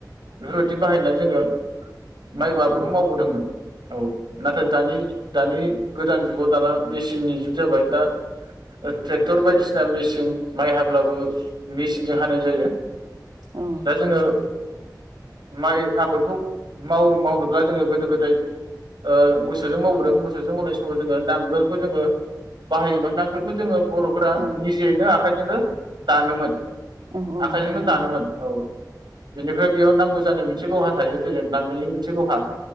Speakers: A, on the right; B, on the right.
A: बेफोरबायदि बाहायना जोंङो माइबो आबादखौ
B: औ
A: मावबोदोंमोन औ नाथाय दानि दानि गोदान जुगाव दाना मेचिननि जुग जाबाय दा ट्रेक्टर बायदिसिना मेचिन माइ हाब्लाबो मेचिनजों हानाय जायो ।
B: औ
A: दा जोंङो माइ आबादखौ माव-मावनोब्ला जोंङो गोदो गोदाय ओ मोसौजों मावबोदों । मोसौजों मावनाय समाव जोंङो नांगोलखौ जोनङो बाहायोमोन नांगोलखौ जोंङो बर'फोरा
B: औ
A: निजेयैनो आखाइजोंनो दानोमोन।
B: औ औ
A: आखाइजोंनो
B: दानो
A: दानोमोन औ। बेनिफ्राय बेयाव नांगौ जानाय मोनसे लहा थायो जेरै नांगोलनि मोनसे लहा।